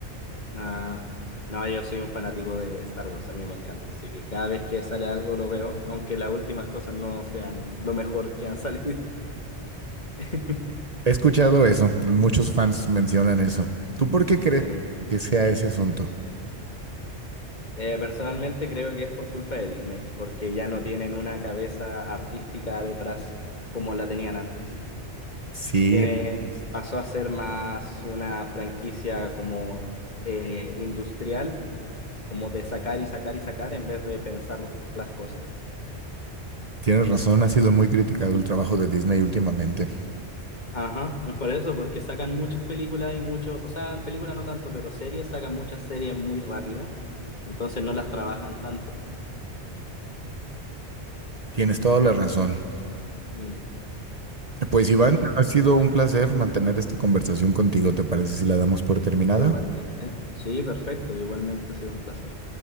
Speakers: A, on the left; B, on the right.
A: Ah, no, yo soy un fanático de Star Wars, a mí me encanta, así que cada vez que sale algo lo veo, aunque las últimas cosas no sean lo mejor que han salido. <laughs>
B: He escuchado eso, muchos fans mencionan eso. ¿Tú por qué crees
A: Sí.
B: que sea ese asunto?
A: Eh, personalmente creo que es por culpa de Disney, porque ya no tienen una cabeza artística detrás como la tenían antes.
B: Sí,
A: Tiene, pasó a ser más una franquicia como eh, industrial, como de sacar y sacar y sacar en vez de pensar las cosas.
B: tienes razón, ha sido muy criticado el trabajo de Disney últimamente.
A: Ajá, es por eso, porque sacan muchas películas y muchos, o sea, películas no tanto, pero series, sacan muchas series muy rápido, entonces no las trabajan tanto.
B: Tienes toda la razón.
A: Mm,
B: Pues Iván,
A: sí,
B: ha sido un placer mantener esta conversación contigo. ¿Te parece si la damos por terminada?
A: igualmente. Sí, perfecto, igualmente ha sido un placer.